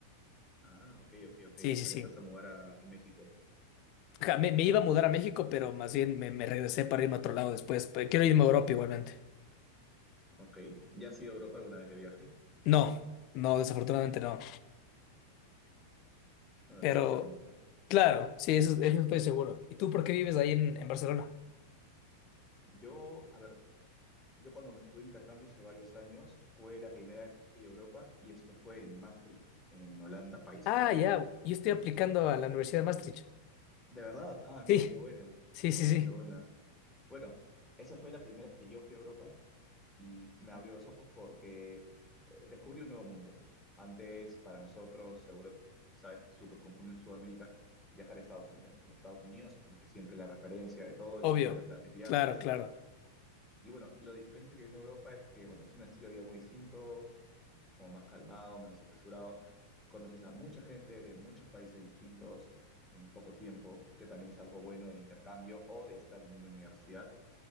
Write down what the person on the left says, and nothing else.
Sí,
sí,
sí.
Ja, me, me iba a mudar a México, pero más bien me, me regresé para irme a otro lado después. Pero quiero irme a Europa igualmente.
No, no, desafortunadamente no.
Pero
claro, sí, eso, eso estoy seguro. ¿Y tú por qué vives ahí en, en Barcelona?
Ah,
ya, yo estoy aplicando a la Universidad de Maastricht.
Sí,
sí,
sí, sí,
obvio.
Claro, claro.